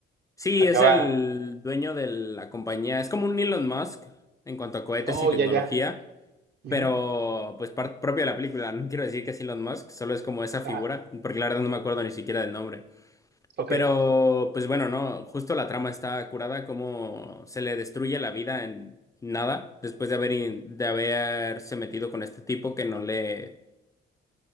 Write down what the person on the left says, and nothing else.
Sí,
es el dueño de la compañía, es como un Elon Musk en cuanto a cohetes
y tecnología
Pero, pues, parte propia de la película. No quiero decir que es Elon Musk, solo es como esa figura,
porque la verdad no me acuerdo ni siquiera del nombre.
Pero, pues bueno, no, justo la trama está curada, como se le destruye la vida en nada, después de haber, in- de haberse metido con este tipo que no le,